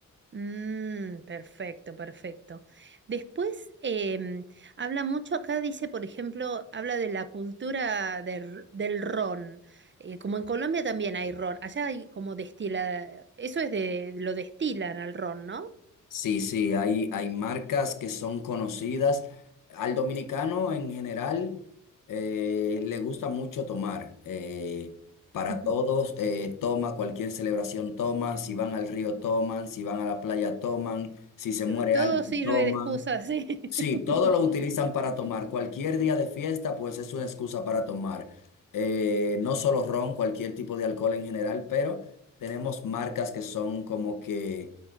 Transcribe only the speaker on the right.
Mm, perfecto, perfecto. Después em, habla mucho acá, dice, por ejemplo, habla de la cultura del, del ron. Eh, como en Colombia también hay ron, allá hay como destila, eso es de, lo destilan al ron, ¿no?
<laughs>
Ujú.
T- Todo
sirve
de excusa, sí. <laughs>